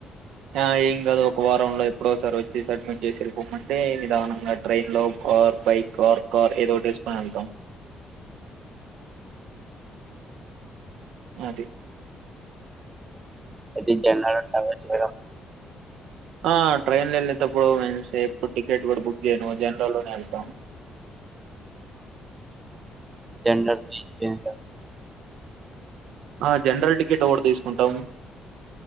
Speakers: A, on the right; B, on the right.
A: ఆ ఏం కాదు ఒక వారంలో ఎప్పుడోసారి వచ్చి సబ్మిట్ చేసి వెళ్ళిపోమ్మంటే నిదానం గా ట్రైన్ లో ఆర్ బైక్ ఆర్ కార్ ఏదో ఒకటి ఎసుకోని ఎళ్తాం అది
B: అది <unintelligible> అవ్వచ్చు కదా
A: ఆ ట్రైన్లో వెళ్ళేటప్పుడు <unintelligible> ఎప్పుడు టికెట్ కూడా బుక్ జేయను జనరల్లోనే వెళ్తాం
B: జనరల్ <unintelligible>
A: ఆ జనరల్ టిక్కెట్ ఒకటి తీసుకుంటాం